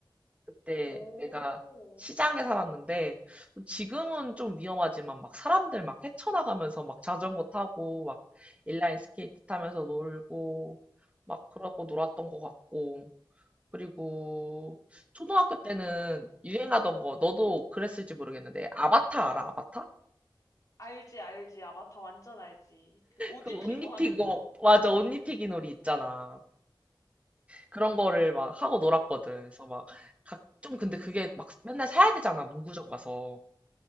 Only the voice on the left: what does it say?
오,
알지, 알지. 아바타 완전 알지. 그 옷
입히고
하는 거.